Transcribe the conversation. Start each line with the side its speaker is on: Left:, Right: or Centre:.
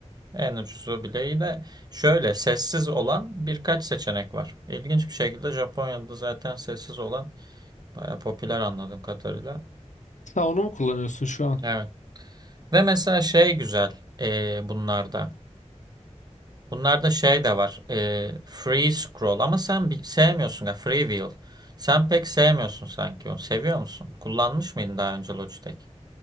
Right: En ucuzu bile iyi de şöyle sessiz olan birkaç seçenek var. İlginç bir şekilde Japonya'da zaten sessiz olan baya popüler anladığım kadarıyla.
Left: sen onu mu kullanıyorsun şu an?
Right: Evet. Ve mesela şey güzel ee, bunlarda. Bunlarda şey de var. e, free scroll ama sen bi- sevmiyorsun ya free wheel. Sen pek sevmiyorsun sanki onu. Seviyor musun? Kullanmış mıydın daha önce Logitech?